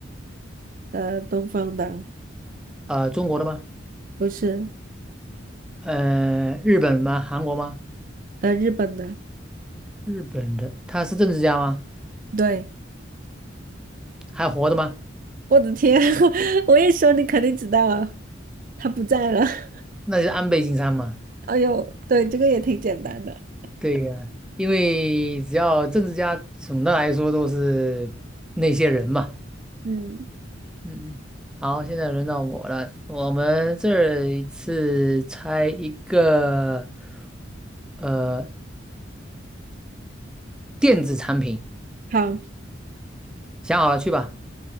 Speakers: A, on the right; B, in the centre.
A: 呃，东方的
B: 呃，中国的吗？
A: 不是，
B: 呃，日本吗？韩国吗？
A: 呃，日本的，
B: 日本的，他是政治家吗？
A: 对，
B: 还活着吗？
A: 我的天，<laughs> 我一说你肯定知道了，他不在了。<laughs>
B: 那就是安倍晋三嘛。
A: 哎呦，对，这个也挺简单的。
B: 对呀，因为只要政治家，总的来说都是那些人嘛。
A: 嗯，
B: 嗯，好，现在轮到我了，我们这一次猜一个。呃，电子产品，
A: 好，
B: 想好了去吧。